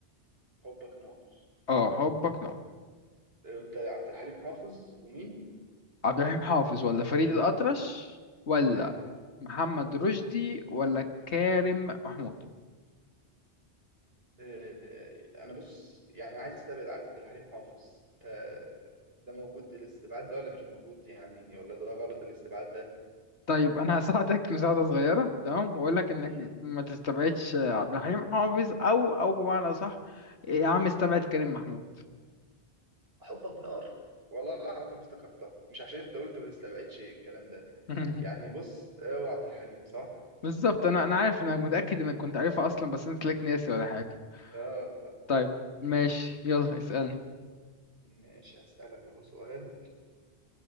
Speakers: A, on the right (about 60°); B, on the left (about 80°).
A: حبك نار
B: اه حبك نار
A: قلت عبد الحليم حافظ ومين
B: عبد الحليم حافظ ولا فريد الأطرش ولا
A: تمام
B: محمد رشدي ولا كارم محمود
A: آه، انا بص يعني عايز استبعد على عبد الحليم حافظ تا- ده موجود الاستبعاد ده ولا مش موجود يعني ولا ده غلط الاستبعاد ده
B: طيب انا هساعدك <laughs> مساعدة صغيرة تمام واقول لك انك
A: امم
B: ما تستبعدش عبد الحليم حافظ او او بمعنى صح يا عم استبعد كريم محمود
A: حبك نار والله العظيم افتكرتها مش عشان انت قلت ما تستبعدش الكلام ده
B: <laughs>
A: يعني بص آه، هو عبد الحليم صح
B: بالظبط انا انا عارف انك متاكد انك كنت عارفها اصلا بس انت تلاقيك ناسي ولا حاجه
A: لا الله
B: طيب ماشي يلا اسالني
A: ماشي هسألك اهو سؤال